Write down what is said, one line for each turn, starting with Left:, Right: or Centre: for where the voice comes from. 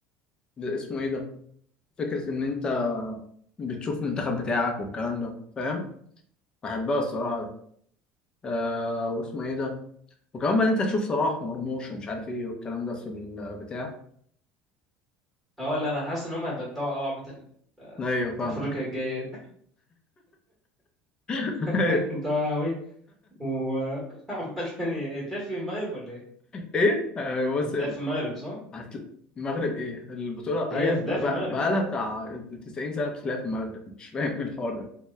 Left: ده اسمه ايه ده فكرة ان انت بتشوف المنتخب بتاعك والكلام ده فاهم بحبها الصراحة دي آه واسمه ايه ده وكمان بقى ان انت تشوف صلاح ومرموش ومش عارف ايه والكلام ده في البتاع
Centre: اه لا أنا حاسس إن هم هيبقى الدعوة أوي عامة
Left: ايوه فاهمك
Centre: أفريقيا الجاية
Left: <laughs>
Centre: <laughs>
Left: ايوه
Centre: الدعوة أوي وعامة <laughs> هي- هتلاقي في المغرب ولا ايه؟
Left: ايه ايوه بس
Centre: هتلاقي في المغرب صح؟
Left: هت- المغرب ايه البطولة
Centre: هي
Left: ايوه
Centre: هتتلاقي
Left: بقى
Centre: في المغرب
Left: بقى
Centre: اه
Left: لها بتاع 90 سنة بتتلعب في المغرب مش فاهم ايه الحوار ده